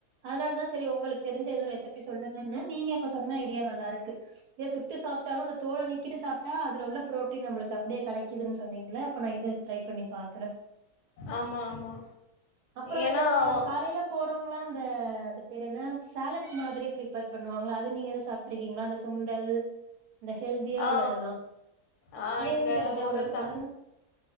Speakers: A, on the right (about 75°); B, on the left (about 80°).
A: அதுனாலதா செரி ஒங்களுக் தெரிஞ்ச எதுவு ரெசிபி சொல்லுங்கன்னு நீங்க இப்ப சொன்ன ஐடியா நல்லாருக்கு தே சுட்டு சாப்டாலு அந்த தோல நீக்கிட்டு சாப்டா அதுல உள்ள புரோட்டீன் நம்ளுக்கு அப்டியே கெடைக்குதுன்னு சொன்னீங்ள அப்ப நா இது ட்ரை பண்ணி பாக்குற
B: ஆமா ஆமா
A: அப்புறோ
B: ஏன்னா
A: அந்த
B: அவ
A: காலைல போறவங்களா அந்த அது பேர் என்ன சேலட் மாதிரி பிரிப்பேர் பண்ணுவாங்ள அது நீங்க எது சாப்ட்ருக்கீங்ளா அந்த சுண் டல் இந்த ஹெல்தியா
B: ஆ
A: உள்ளதெல்லா
B: ஆ
A: அது
B: இந்த
A: எது தெரிஞ்சா
B: ஒரு
A: ஒங்களுக் சொல்லுங்க
B: ச